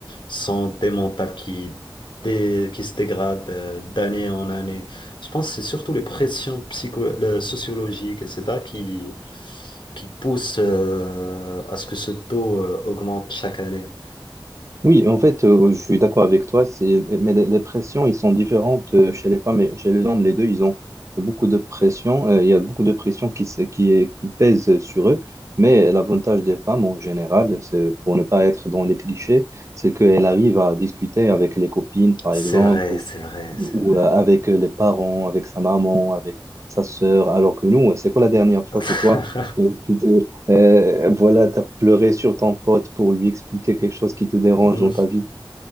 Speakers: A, on the left; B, on the right.
A: santé mentale qui, dé- qui se dégrade euh, d'année en année. Je pense que c'est surtout les pressions psycho, le- sociologiques, etc., qui, qui poussent euh, à ce que ce taux euh, augmente chaque année.
B: Oui, en fait, euh, je suis d'accord avec toi, c'est, mais les, les pressions, ils sont différentes euh, chez les femmes et chez les hommes. Les deux, ils ont beaucoup de pression. euh, il y a beaucoup de pression qui, se- qui, est- qui pèse sur eux. Mais l'avantage des femmes, en général, c'est, pour ne pas être dans les clichés, c'est qu'elles arrivent à discuter avec les copines, par
A: C'est
B: exemple,
A: vrai,
B: ou,
A: c'est vrai, c'est
B: ou
A: vrai.
B: euh, avec les parents, avec sa maman, avec sa sœur. Alors que nous, c'est quoi la dernière fois
A: <laughs>
B: que toi, euh, tu t'es euh, voilà, t'as pleuré sur ton pote pour lui expliquer quelque chose qui te dérange
A: Hmm.
B: dans ta vie.